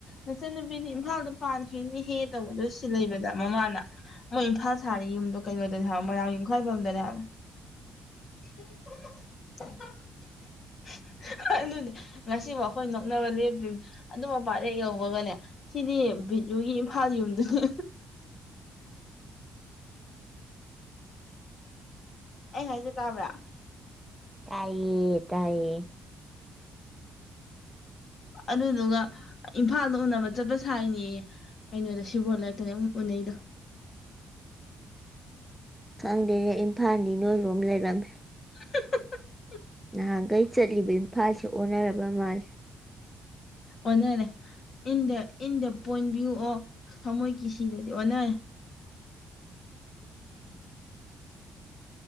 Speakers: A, on the left; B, in the centre.
A: ꯅꯆꯟꯅꯨꯄꯤꯅꯤ ꯏꯝꯐꯥꯜꯗ ꯄꯥꯟꯊꯣꯏꯅꯤ ꯍꯦ ꯇꯧꯕꯗꯣ ꯁꯤ ꯂꯩꯕꯗ ꯃꯃꯥꯅ ꯃꯣꯏ ꯏꯝꯐꯥꯜ ꯊꯥꯔꯤ ꯌꯨꯝꯗꯣ ꯀꯩꯅꯣꯗꯅꯦ ꯍꯥꯏ ꯃꯣꯏꯔꯥꯡ ꯌꯨꯝꯈꯥꯏꯕꯝꯗꯅꯦꯕ <unintelligible> ꯑꯗꯨꯅꯦ ꯉꯁꯤꯕꯨ ꯑꯩꯈꯣꯏ ꯅꯣꯛꯅꯕ ꯂꯦꯞꯇ꯭ꯔꯤꯅꯦ ꯑꯗꯨꯝ ꯃꯄꯥ ꯍꯦꯛ ꯌꯧꯕꯒꯅꯦ ꯁꯤꯗꯤ ꯕꯤꯖꯨꯒꯤ ꯏꯝꯐꯥꯜ ꯌꯨꯝꯗꯨꯅꯤ ꯑꯩ ꯉ ꯍꯥꯏꯖꯦ ꯇꯥꯕ꯭ꯔꯥ
B: ꯇꯌꯦ ꯇꯥꯏꯌꯦ
A: ꯑꯗꯨꯗꯨꯒ ꯏꯝꯐꯥꯜꯗ ꯎꯅꯕ ꯆꯠꯄ ꯁꯥꯏꯅꯦ ꯀꯩꯅꯣꯗ ꯁꯤꯕꯣ ꯂꯩꯔꯛꯇꯅꯦ ꯑꯃꯨꯛ ꯎꯅꯩꯗꯣ
B: ꯈꯪꯗꯦꯅꯦ ꯏꯝꯐꯥꯜꯅꯤ ꯅꯣꯏꯔꯣꯝ ꯂꯩꯔꯝꯃꯦ
A: <inaudible>
B: ꯅꯍꯥꯟꯈꯩ ꯆꯠꯂꯤꯕ ꯏꯝꯐꯥꯜꯁꯦ ꯑꯣꯟꯅꯔꯕ ꯃꯥꯜꯁꯦ
A: ꯑꯣꯟꯅꯔꯦ ꯏꯟ ꯗ ꯏꯟ ꯗ ꯄꯣꯏꯟ ꯚꯤꯌꯨ ꯑꯣ ꯊꯃꯣꯏ ꯀꯤꯁꯤꯗꯗꯤ ꯑꯣꯟꯅ ꯎ